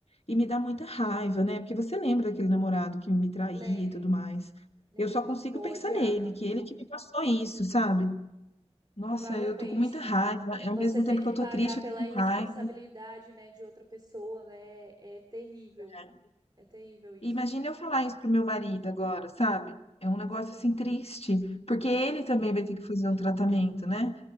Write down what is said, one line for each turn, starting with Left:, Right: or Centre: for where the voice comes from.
Left: E me dá muita raiva, né? Porque você lembra daquele namorado que me traía
Right: lembro,
Left: e tudo mais.
Right: lembro
Left: Eu só consigo
Right: que eu
Left: pensar
Right: odiava.
Left: nele, que ele que me passou isso, sabe? Nossa,
Right: Provavelmente
Left: eu tô com muita raiva. Ao
Right: você
Left: mesmo
Right: ter
Left: tempo
Right: que
Left: que eu
Right: pagar
Left: tô triste, eu
Right: pela
Left: tô com
Right: irresponsabilidade,
Left: raiva.
Right: né, de outra pessoa, né? É terrível.
Left: É.
Right: É terrível isso.
Left: E imagina eu falar isso pro meu marido agora, sabe? É um negócio
Right: Sim.
Left: assim triste, porque
Right: Aham.
Left: ele também vai ter que fazer um tratamento, né?